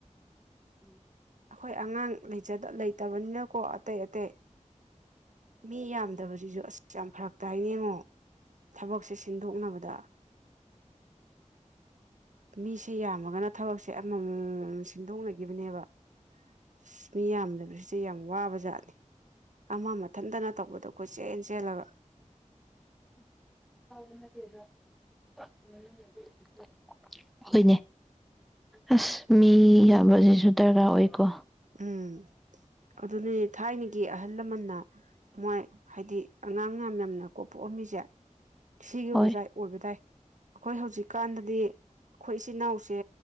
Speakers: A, in the centre; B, on the right.
A: <inaudible>
B: ꯑꯩꯈꯣꯏ ꯑꯉꯥꯡ ꯂꯩꯖꯗ ꯂꯩꯇꯕꯅꯤꯅꯀꯣ ꯑꯇꯩ ꯑꯇꯩ ꯃꯤ ꯌꯥꯝꯗꯕꯁꯤꯁꯨ ꯑꯁ ꯌꯥꯝ ꯐꯔꯛ ꯇꯥꯏꯅꯦ ꯌꯦꯡꯉꯣ ꯊꯕꯛꯁꯦ ꯁꯤꯟꯗꯣꯛꯅꯕꯗ ꯃꯤꯁꯦ ꯌꯥꯝꯃꯒꯅ ꯊꯕꯛꯁꯦ ꯑꯃꯃꯝꯃꯝꯃꯝꯃꯝ ꯁꯤꯟꯗꯣꯛꯅꯒꯤꯕꯅꯦꯕ ꯑꯁ ꯃꯤ ꯌꯥꯝꯗꯕꯁꯤꯁꯦ ꯌꯥꯝ ꯋꯥꯕꯖꯥꯠꯅꯤ ꯃꯥ ꯃꯊꯟꯇꯅ ꯇꯧꯕꯗꯣ ꯀꯣꯏꯆꯦꯟ ꯆꯦꯜꯂꯒ
A: <inaudible> ꯍꯣꯏꯅꯦ ꯑꯁ ꯃꯤ ꯌꯥꯝꯕꯁꯤꯁꯨ ꯗꯔꯀꯥ ꯑꯣꯏꯀꯣ
B: ꯎꯝ ꯑꯗꯨꯅꯦ ꯊꯥꯏꯅꯒꯤ ꯑꯍꯜ ꯂꯃꯟꯅ ꯃꯣꯏ ꯍꯥꯏꯗꯤ ꯑꯉꯥꯡ ꯌꯥꯝ ꯌꯥꯝꯅ ꯀꯣ ꯄꯣꯛꯑꯝꯃꯤꯁꯦ ꯁꯤꯒꯤ
A: ꯍꯣꯏ
B: ꯑꯣꯏꯖꯥꯏ ꯑꯣꯏꯕꯗꯥꯥꯏ ꯑꯩꯈꯣꯏ ꯍꯧꯖꯤꯛꯀꯥꯟꯗꯗꯤ ꯑꯩꯈꯣꯏ ꯏꯆꯤꯟ ꯏꯅꯥꯎꯁꯦ